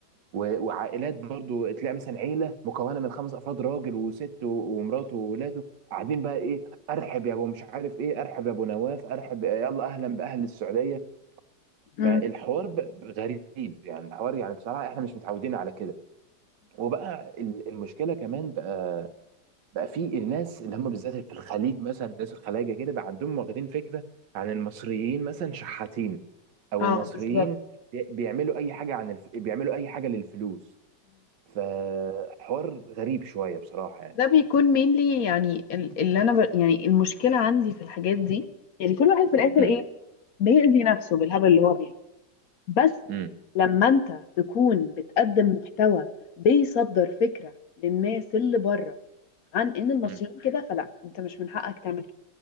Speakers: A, on the right; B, on the left.
A: و- وعائلات برضو تلاقي مثلا عيله مكونه من خمس افراد راجل وست و- ومراته وولاده قاعدين بقى ايه ارحب يا ابو مش عارف ايه ارحب يا ابو نواف ارحب يلا اهلا باهل السعوديه
B: امم
A: فالحوار ب- غريب يعني الحوار يعني بصراحه احنا مش متعودين على كده وبقى ال- المشكله كمان بقى بقى في الناس اللي هم بالذات في الخليج مثلا الناس الخلايجه كده بقى عندهم واخدين فكره عن المصريين مثلا شحاتين او
B: اه
A: المصريين
B: بالظبط
A: بي- بيعملوا اي حاجه عن الف... بيعملوا اي حاجه للفلوس فحوار غريب شويه بصراحه يعني
B: ده بيكون mainly يعني ال- اللي انا ب... يعني المشكله عندي في الحاجات دي يعني كل واحد في الاخر
A: مم.
B: ايه بيأذي نفسه بالهبل اللي هو بيعمله بس
A: مم.
B: لما انت تكون بتقدم محتوى بيصدر فكره للناس اللي بره عن ان المصريين
A: مم.
B: كده فلا انت مش من حقك تعمل كده